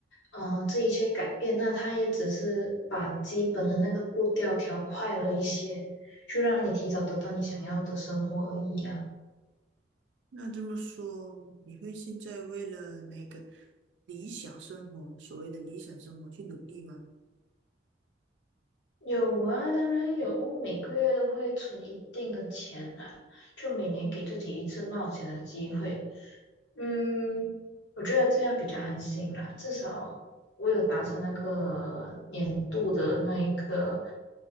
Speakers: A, on the left; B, on the right.
A: 呃这一切改变，那他也只是把基本的那个步调调快了一些，就让你提早得到你想要的生活而已啊。
B: 那这么说，你会现在为了那个理想生活，所谓的理想生活去努力吗？
A: 有啊，当然有，每个月都会存一定的钱啦，就每年给自己一次冒险的机会。嗯，我觉得这样比较安心啦，至少我有达成那个年度的那一个